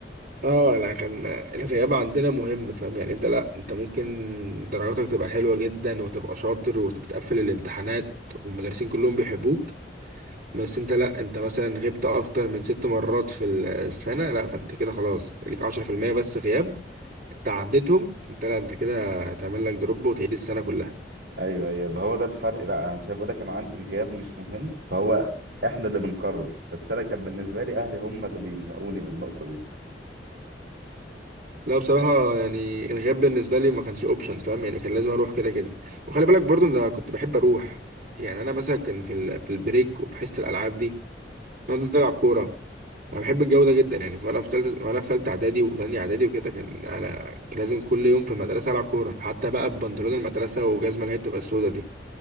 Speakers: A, on the right; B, on the right.
A: اه لا كان الغياب عندنا مهم فاهم يعني انت لا انت ممكن درجاتك تبقى حلوة جدا وتبقى شاطر وبتقفل الامتحانات والمدرسين كلهم بيحبوك بس انت لا انت مثلا غبت اكتر من ست مرات في السنة لا فانت كده خلاص ليك عشرة في المية بس غياب انت عديتهم انت لا انت كده هتعمل لك دروب وتعيد السنة كلها
B: ايوه ايوه ما هو ده الفرق بقى انا شايف بقول لك انا عندي الغياب مش مهم فهو احنا اللي بنقرر بس انا كان بالنسبه لي اهلي هم اللي بيمنعوني من النقطه دي
A: لا بصراحة يعني الغياب بالنسبة لي ما كانش اوبشن فاهم يعني كان لازم اروح كده كده وخلي بالك برضو ان انا كنت بحب اروح يعني انا مثلا كان في ال- في البريك وفي حصة الالعاب دي نقعد نلعب كورة انا بحب الجو ده جدا يعني فانا في ثالثه وانا في ثالثه اعدادي وثانيه اعدادي وكده كان انا لازم كل يوم في المدرسه العب كوره حتى بقى ببنطلون المدرسه وجزمه اللي هي بتبقى السودا دي